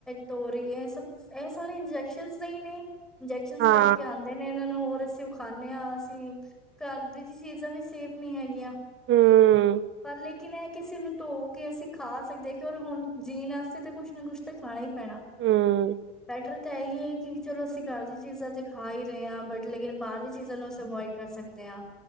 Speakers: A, in the centre; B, on the right (about 35°).
A: ਤੋਰੀ, ਇਹ ਸਭ ਇਹ ਸਾਰੇ ਇੰਜੈਕਸ਼ਨ ਦੇ ਨੇ ਇੰਜੈਕਸ਼ਨ
B: ਹਾਂ
A: ਲਾ ਕੇ ਆਉਂਦੇ ਨੇ, ਇਹਨਾਂ ਨੂੰ ਹੋਰ ਅਸੀਂ ਉਹ ਖਾਦੇ ਹਾਂ, ਅਸੀਂ ਘਰ ਦੀ ਜ ਚੀਜ਼ਾਂ ਵੀ ਸੇਫ ਨਹੀਂ ਹੈਗੀਆਂ,
B: ਹੂੰ
A: ਪਰ ਲੇਕ ਕਿ ਨਾ ਕਿਸੇ ਨੂੰ ਧੋ ਕੇ ਅਸੀਂ ਖਾ ਸਕਦੇ ਹਾਂ, ਕਰ ਹੁਣ ਜੀਣ ਵਾਸਤੇ ਤਾਂ ਕੁੱਛ ਨਾ ਕੁਛ ਤਾਂ ਖਾਣਾ ਹੀ ਪੈਣਾ,
B: ਹੂੰ
A: ਬੈਟਰ ਤਾਂ ਇਹੀ ਹੈ ਕਿ ਚਲੋ ਅਸੀਂ ਘਰ ਦੀ ਚੀਜ਼ਾਂ ਤੇ ਖਾ ਹੀ ਰਹੇ ਹਾਂ, ਬਟ ਲੇਕਿਨ ਬਾਹਰ ਦੀ ਚੀਜ਼ਾਂ ਨੂੰ ਅਸੀਂ ਅਵੋਇਡ ਕਰ ਸਕਦੇ। ਦਿਆ,